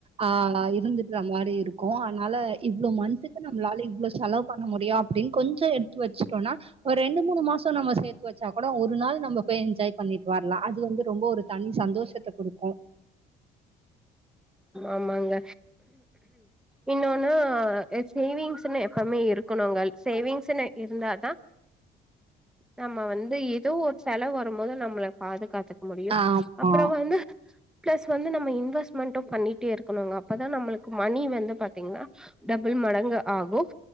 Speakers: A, on the right; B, in the centre.
A: ஆஹ் இருந்துட்டு நம்வாடு இருப் குவ னால இவ்வளோ மன்த்க்கு நம்ளால இவ்ளவு செலவ் பண்ண முடி முடியு அப்டினு கொஞ்சம் எடுத்து த்து வெச்சுட்டோனா ஒரு ரெண்டு மூணு மாசோ நம்ம சேர்த்து வச்சா கூட ஒரு நாள் நம்ம போய் என்ஜாய் பண்ணிட்டு வரலா அது வந்து ரொம்ப ஒரு தனி சந்தோஷத்த குடுக்கு உ
B: ஆமாங்க இன்னோனு சேவிங்ஸ்ன்னு எப்பமே இருக்கணுங்க சேவிங்ஸ்ன்னு இருந்தாதா நம்ம வந்து ஏதோ ஒரு செலவு வரும்போது நம்மள பாதுகாத்துக் முடியு
A: ஆமா
B: அப்பறோ வந்து பிளஸ் வந்து நம்ம இன்வெஸ் இன்வெஸ்டுமண்டும் பண்ணிட்டே இருக்கணுங்க அப்பதா நம்மளுக்கு மணி வந்து பத்தீங்கன்னா டபுள் மடங்கு ஆகும்